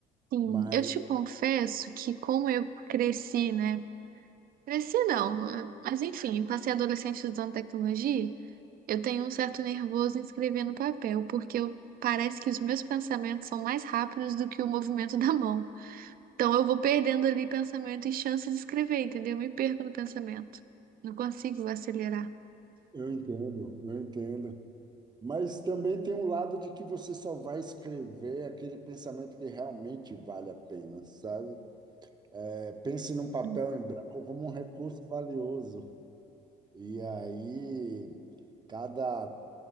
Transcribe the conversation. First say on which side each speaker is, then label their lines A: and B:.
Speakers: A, on the right; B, on the right.
A: Sim,
B: mas
A: eu te confesso que como eu cresci, né? Cresci não, eh, mas enfim, passei adolescente usando tecnologia, eu tenho um certo nervoso em escrever no papel, porque eu- parece que os meus pensamentos são mais rápidos do que o movimento <laughs> da mão. Então eu vou perdendo ali pensamento e chance de escrever, entendeu? Eu me perco no pensamento. Não consigo acelerar.
B: eu entendo, eu entendo. Mas também tem um lado de que você só vai escrever aquele pensamento que realmente vale a pena, sabe? É, pense num papel
A: Hum.
B: em branco como um recurso valioso. E aí, cada,